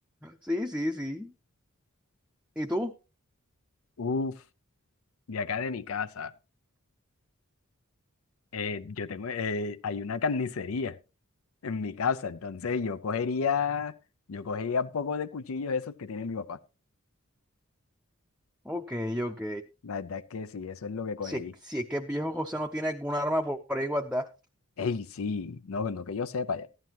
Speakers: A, in the centre; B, on the left.
A: Sí, sí, sí. ¿Y tú?
B: Uf, de acá de mi casa, eh, yo tengo, eh, hay una carnicería en mi casa, entonces yo cogería, yo cogería un poco de cuchillos esos que tiene mi papá.
A: Ok, ok.
B: La verdad es que sí, eso es lo que cogí.
A: Si, es- si es que el viejo José no tiene algún arma por, por ahí guardada.
B: Ey, sí, no, no que yo sepa ya,